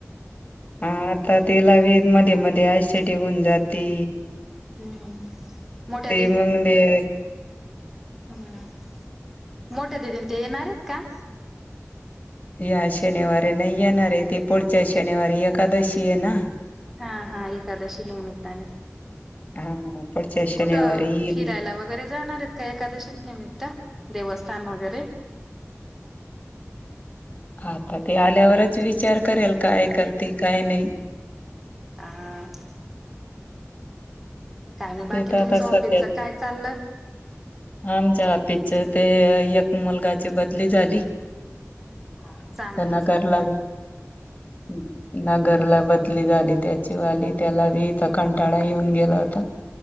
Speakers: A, on the left (about 25°); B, in the centre.
A: हा आता तिला बी मध्ये मध्ये ऍसिटीय होऊन जाते.
B: हम्म मोठ्या दि
A: मग ते
B: हम्म मोठ्या दिदीन ते येणार आहेत का.
A: या शनिवारी नाही येणार आहे ती पुढच्या शनिवारी एकादशी आहे ना.
B: हा हा एकादशी निमित्ताने.
A: हा पुढच्या शनिवारी
B: कुठं
A: येईल
B: फिरायला वगैरे जाणार आहे. एकादशी निमित्त देवस्थान वगैरे.
A: आता ते आल्यावरच विचार करेल काय करते काय नाही.
B: आ काय नाही बाकी
A: ते तर आता
B: तुमचं
A: सध्या
B: ऑफिसच काय चाललं.
A: आमच्या आफिसच ते एक मुलगाची बदली झाली.
B: हा चांगलं
A: त्यांना नगरला
B: चांगल <inaudible>
A: हम्म नगरला बदली झाली त्याची वाली त्याला बी इथ कंटाळा येऊन गेला होता